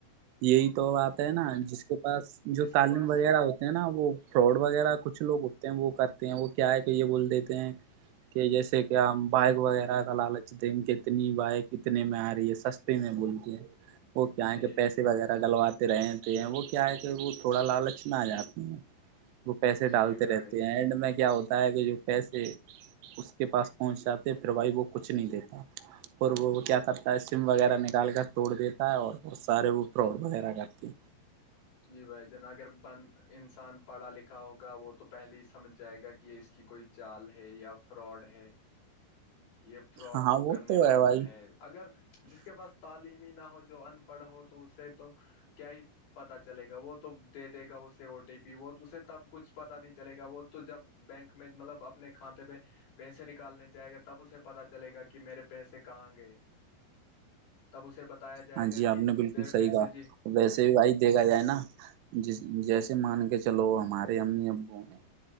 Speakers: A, on the right; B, on the left.
A: یہی تو بات ہے نا جس کے پاس
B: جس
A: جو
B: کے
A: تعلیم
B: پاس
A: وغیرہ ہو تے ہیں نا وہ فراڈ وغیرہ کچھ لوگ ہوتے ہیں وہ کرتے ہیں وہ کیا ہے کہ یہ بول دیتے ہیں کہ جیسے کہ ہم بائگ وغیرہ کا لالچ د <unintelligible> اتنی بائک اتنے میں آ رہی ہے سستے میں بولتی ہیں وہ کیائے
B: جی
A: کہ پیسے
B: جی
A: وغیرہ ڈلواتے رہتے ہیں وہ کیا ہے کہ وہ تھوڑا لالچ نہ آ جاتی ہیں وہ پیسے
B: جی
A: ڈالتے
B: بھائی
A: رہتے ہیں اینڈ میں کیا ہوتا ہے کہ جو پیسے اس کے پاس پہنچ جاتے پھر بھائی وہ کچھ نہیں دیتا اور وہ کیا کرتا ہے سم وغیرہ نکال کر توڑ دیتا ہے اور بہت سارے وہ پراڈ وغیرہ کرتی
B: جی بھائی جنا اگر بند انسان پڑھا لکھا ہوگا وہ تو پہلے ہی سمجھ جائے گا کہ کہ کوئی چال ہے یا فراڈ ہے یہ فراڈ
A: ہاں وہ
B: کرنے
A: تو
B: والا
A: بھائی
B: ہے اگر جس کے پاس تعلیمی نہ ہو جو ان پڑھ ہو تو اس سے تو کیا ہی پتا چلے گا وہ تو دے دے گا اسے او ٹی پی وہ اسے تب کچھ پتا نہیں چلے گا وہ تو جب بینک میں مطلب اپنے کھاتے میں پیسے نکالنے جائے گا تو تب اسے پتاہ چلے گا کہ میرے پیسے کہاں گئے تب اسے بتایا جائے
A: ہاں
B: گا
A: جی
B: کہ
A: آپ نے بالکل
B: تیرے
A: صحیح
B: پیسے
A: کہا
B: جی
A: ویسے بھی بھائی دیکھا جائے نا جس جیسے مان کے چلو ہمارے ہم نے ابو ہیں